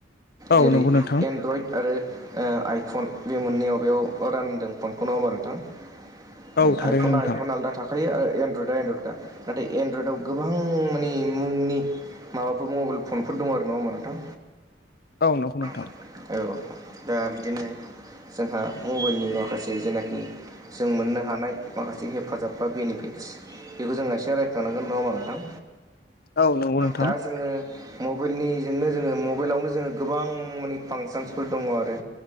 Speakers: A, on the left (about 55°); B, on the right (about 20°).
A: औ
B: जेरै
A: नंगौ नोंथां
B: एन्ड्रइड आरो ओ आइफन बे मोननैयाव बेयाव रानदों फनखौ‌ नङा होमबा नोंथां
A: औ
B: ओं
A: थारैनो
B: आइफना
A: नोंथां
B: आइफन आलदा थाखायो आरो एन्डरयदआ एन्दरयदा नाथाय एनड्रयडआव गोबां मानि मुंनि माबाफोर मबिल फनफोर दं आरो नङा होमबा नोंथां
A: औ नंगौ नोंथां
B: औ दा बिदिनो जोंहा मबेलनि माखासे जेनाखि जों मोननो हानाय माखासे हेफाजाब बा बेनिफिटस बेखौ जोङो रायखांनांगोन नङा ओमबा नोंथां
A: औ नंगौ नोंथां
B: दा जोङो मबेलनिजोंनो जोङो मबाइलावनो जोङो गोबां माने फांसनसफोर दङ' आरो